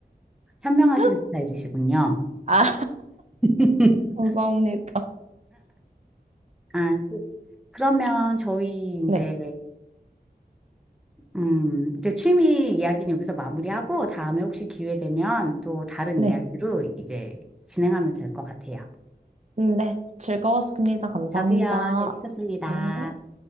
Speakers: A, in the centre; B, on the right (about 40°).
A: 현명하신
B: <laughs>
A: 스타일이시군요.
B: 아,
A: <laughs>
B: 감사합니다.
A: 아, 그- 그러면 저희 이제
B: 네,
A: 음, 이제 취미 이야기는 여기서 마무리하고 다음에 혹시 기회 되면 또 다른
B: 네,
A: 이야기로 이제 진행하면 될 것 같아요.
B: 네. 즐거웠습니다. 감사합니다.
A: 저도요, 재밌었습니다.
B: 네.